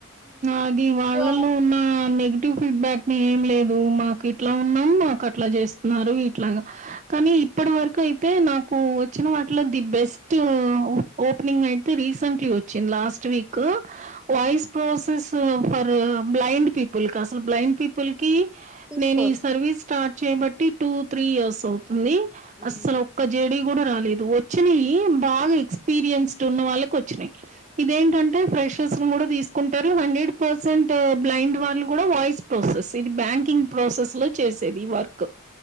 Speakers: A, on the right; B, in the centre.
A: అది వాళ్ళలో
B: సో
A: ఉన్న నెగటివ్ ఫీడ్ బ్యాక్ ఏం లేదు మాకు ఇట్లా ఉన్నాం మాకు అట్లా చేస్తున్నారు ఇట్లాగా కానీ ఇప్పటి వరకు అయితే నాకు వచ్చిన వాటిలో ది బెస్టు ఓపెనింగ్ అయితే రీసెంట్లీ వచ్చింది last week voice process for blind people కి అసలు బ్లైండ్ పీపుల్ పిప్పుల్ కి
B: తీసుకోరు
A: నేను ఈ సర్వీస్ స్టార్ట్ చేయబట్టి టూ త్రీ ఇయర్స్ అవుతుంది
B: ఉమ్.
A: అసలు ఒక్కది జేడీ కూడా రాలేదు వచ్చినాయి బాగా ఎక్స్పీరియన్స్డ్ ఉన్న వాళ్ళకి వచ్చినాయి ఇదేంటంటే ఫ్రెషర్స్ ను కూడా తీసు కుంటారు హండ్రెడ్ పర్సెంట్ బ్లైండ్ వాళ్ళు కూడా వాయిస్ ప్రాసెస్ ఇది బ్యాంకింగ్ ప్రాసెస్ లో చేసేది ఈ వర్క్